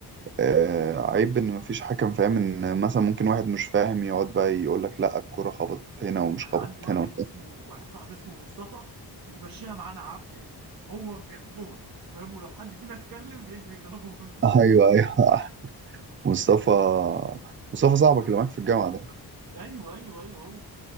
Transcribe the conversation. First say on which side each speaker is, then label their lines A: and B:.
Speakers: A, on the right; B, on the right.
A: آه، عيب إن مفيش حكم فاهم إن مثلا ممكن واحد مش فاهم يقعد بقى يقول لك لأ الكرة خبطت هنا ومش
B: انا
A: خبطت
B: عندي واحد
A: هنا وبتاع
B: اسمه واحد صاحبي اسمه مصطفى بيمشيها معانا عافيه هو الجول فاهم ولو حد فينا اتكلم بيجري يضربه بالمضرب
A: أيوه أيوه <laughs> مصطفى مصطفى
B: <laughs>
A: صاحبك
B: ايوه
A: اللي معاك في الجامعة ده
B: ايوه ايوه ايوه هو